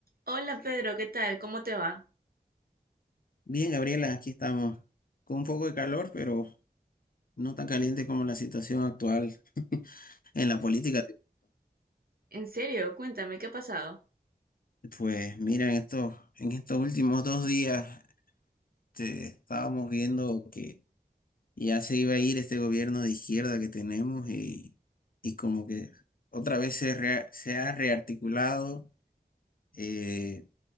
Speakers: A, on the right (about 60°); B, on the left (about 60°).
A: Hola Pedro, ¿qué tal? ¿Cómo te va?
B: Bien, Gabriela, aquí estamos con un poco de calor, pero no tan caliente como la situación actual <laughs> en la política.
A: En serio, cuéntame, ¿qué ha pasado?
B: Pues mira, en estos, en estos últimos dos días este, estábamos viendo que ya se iba a ir este gobierno de izquierda que tenemos y, y como que otra vez se, rea- se ha rearticulado eh,